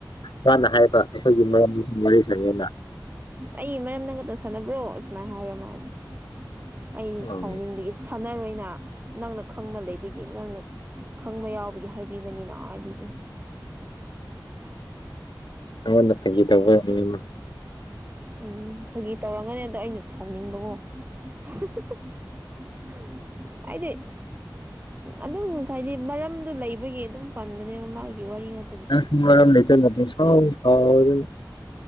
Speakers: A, on the left; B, on the right.
A: ꯃꯥꯅ ꯍꯥꯏꯕ ꯑꯩꯈꯣꯏꯒꯤ ꯃꯔꯝ ꯋꯥꯔꯤ ꯁꯥꯟꯅꯩꯅ
B: ꯑꯩ ꯃꯔꯝꯗ ꯉꯇ ꯁꯥꯟꯅꯕ꯭ꯔꯣ ꯁꯨꯃꯥꯏꯅ ꯍꯥꯏꯕ ꯃꯥꯗ‌ꯣ ꯑꯩꯁꯨ
A: ꯑꯪ
B: ꯁꯥꯎꯅꯤꯡꯕꯒꯤ ꯁꯥꯟꯅꯔꯣꯏꯅ ꯅꯪꯅ ꯈꯪꯕ ꯂꯩꯕꯒꯤ ꯅꯪꯅ ꯈꯪꯕ ꯌꯥꯎꯕꯒꯤ ꯍꯥꯏꯕꯤꯕꯅꯤꯅ ꯍꯥꯏꯕꯤꯕꯅꯤ
A: ꯅꯉꯣꯟꯗ ꯐꯒꯤ ꯇꯧꯕ <unintelligible>
B: ꯎꯝ ꯐꯒꯤ ꯇꯧꯔꯝꯒꯅꯤ ꯑꯗꯣ ꯑꯩꯅ ꯁꯥꯎꯅꯤꯡꯕꯒꯣ <unintelligible> ꯑꯩꯗꯤ ꯑꯗꯨꯝ ꯍꯥꯏꯗꯤ ꯃꯔꯝꯗꯨ ꯂꯩꯕꯒꯤ ꯑꯗꯨꯝ ꯄꯟꯕꯅꯦꯕ ꯃꯥꯥꯏꯒꯤ ꯋꯥꯔꯤ ꯉ
A: ꯅꯪꯁꯨ ꯃꯔꯝ ꯂꯩꯇꯅ ꯄꯨꯡꯁꯥꯎ ꯁꯥꯎ <unintelligible>